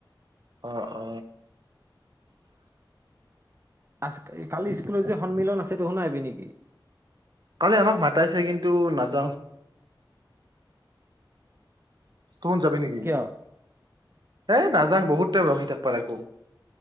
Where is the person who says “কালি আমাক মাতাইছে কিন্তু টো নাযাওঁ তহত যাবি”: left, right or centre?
Right